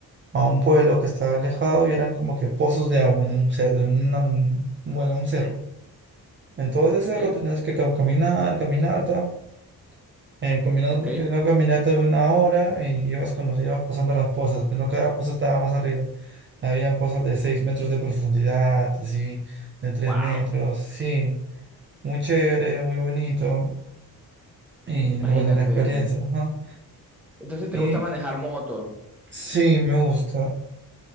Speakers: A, on the right; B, in the centre.
A: a un pueblo que estaba alejado y eran como que pozos de agua en un cerro, en una, mon- bueno, un cerro. Entonces ese
B: ok,
A: cerro tenías que cam- caminar, caminata, eh, combinar
B: ok.
A: la caminata de una hora y ibas, con ibas pasando las pozas, pero no cada poza estaba más arriba. Habían pozas de 6 metros de profundidad, así, de tres
B: Wow.
A: metros, sí. Muy chévere, muy bonito. Y
B: Imagínate,
A: bueno, la experiencia,
B: André.
A: ajá.
B: Entonces, ¿te
A: Y
B: gusta manejar moto?
A: sí, me gusta.